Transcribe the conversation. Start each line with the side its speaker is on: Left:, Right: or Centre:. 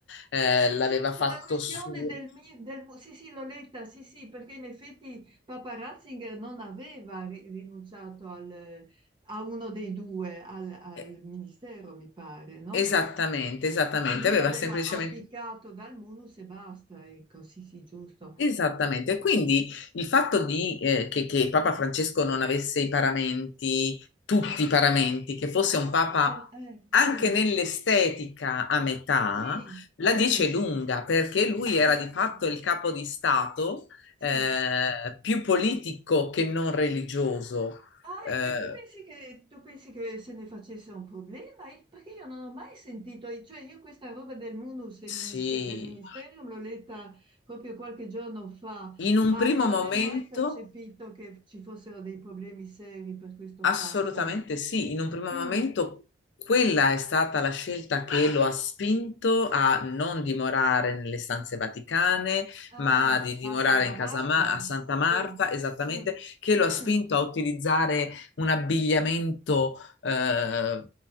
Left: eh,
Right: Sì, sì,
Left: l'aveva
Right: giusto,
Left: fatto
Right: la questione
Left: su.
Right: del, mi- del mu- Sì, sì, l'ho letta, sì, sì, perché in effetti Papa Ratzinger non aveva ri- rinunciato al, eh, a uno dei due, al, al
Left: eh,
Right: ministero, mi pare, no?
Left: Esattamente, esattamente,
Right: Sì, lui
Left: aveva
Right: aveva
Left: semplicemente...
Right: abdicato dal munus e basta, ecco, sì, sì, giusto.
Left: Esattamente, quindi il fatto di, eh, che, che Papa Francesco non avesse i paramenti, tutti i paramenti, che fosse
Right: Ah,
Left: un Papa
Right: eh,
Left: anche
Right: sì,
Left: nell'estetica a metà,
Right: sì,
Left: la
Right: sì,
Left: dice lunga, perché lui
Right: ah,
Left: era
Right: ecco,
Left: di fatto il capo di Stato,
Right: sì,
Left: eh, più politico che non religioso.
Right: Ah,
Left: Eh,
Right: ecco, e tu pensi che, tu pensi che se ne facesse un problema? E- Perché io non ho mai sentito, e cioè io questa roba del munus e
Left: sì,
Right: ministe- del ministerium l'ho letta proprio qualche giorno fa,
Left: in un
Right: ma
Left: primo
Right: non avevo
Left: momento...
Right: mai percepito che ci fossero dei problemi seri per questo
Left: Assolutamente
Right: fatto.
Left: sì, in un primo momento
Right: Mm.
Left: quella è stata la scelta che lo ha spinto a non dimorare nelle stanze vaticane,
Right: Ah,
Left: ma di dimorare
Right: ma Santa
Left: in casa
Right: Marta?
Left: Ma- a Santa
Right: Sì.
Left: Marta, esattamente,
Right: Mm.
Left: che lo
Right: Mm.
Left: ha spinto a utilizzare un abbigliamento eh,